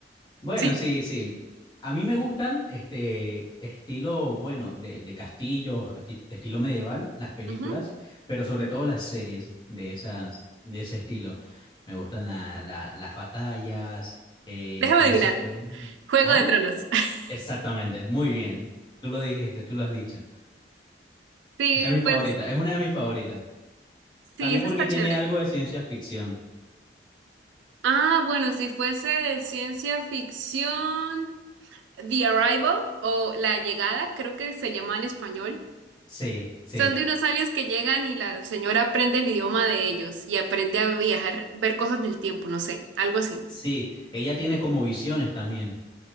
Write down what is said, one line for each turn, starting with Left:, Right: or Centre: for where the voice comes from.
Left: Bueno,
Right: <laughs> sí.
Left: sí, sí. A mí me gustan este estilo, bueno, de, de castillos, tip- estilo medieval, las películas,
Right: Ujú.
Left: pero sobre todo las series de esas, de ese estilo. Me gustan la- la- las batallas, eh,
Right: Déjame
Left: cómo
Right: adivinar.
Left: se pelean.
Right: Juego
Left: ¿Ah?
Right: de Tronos. <laughs>
Left: Exactamente, muy bien. Tú lo dijiste, tú lo has dicho.
Right: Sí,
Left: Es mi favorita,
Right: pues
Left: es una de mis favoritas.
Right: sí,
Left: También
Right: eso
Left: porque
Right: está
Left: tiene
Right: chévere.
Left: algo de ciencia ficción.
Right: Ah, bueno, si fuese de ciencia ficción, The Arrival o La Llegada, creo que se llama en español.
Left: Sí, sí,
Right: Son de unos aliens que llegan y la señora aprende el idioma de ellos y aprende a viajar, ver cosas del tiempo, no sé, algo así.
Left: sí. Ella tiene como visiones también.